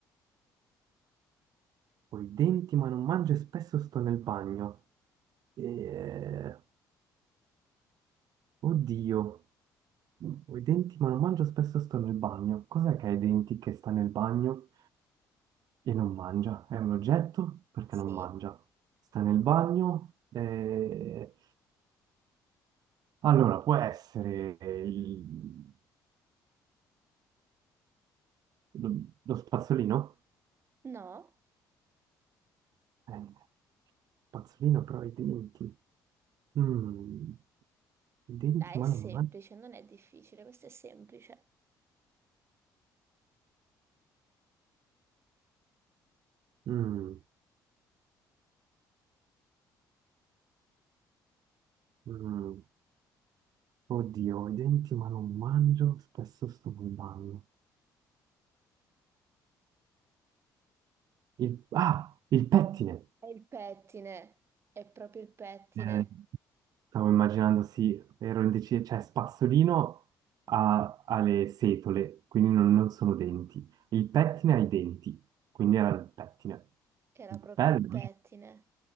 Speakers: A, on the right; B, on the right.
A: ho i denti ma non mangio e spesso sto nel bagno. Eh, oddio. Ho i denti, ma non mangio spesso, sto nel bagno. Cos'è che ha i denti che sta nel bagno e non mangia? È un oggetto? Perché
B: sì,
A: non mangia? Sta nel bagno e... Allora, può essere il- lo lo spazzolino?
B: no,
A: Eh, spazzolino, però ha i denti. Mm, i denti,
B: dai,
A: ma
B: è semplice,
A: non mangio.
B: non è difficile, questo è semplice.
A: Mm, mm. Oddio, ho i denti, ma non mangio, spesso sto nel bagno. Il... Ah, il pettine!
B: È il pettine, è proprio il pettine,
A: Eh, Stavo immaginando, sì, ero indeciso, cioè spazzolino ha, ha le setole, quindi non, non sono denti. Il pettine ha i denti, quindi era il pettine.
B: era
A: Bello,
B: proprio il pettine.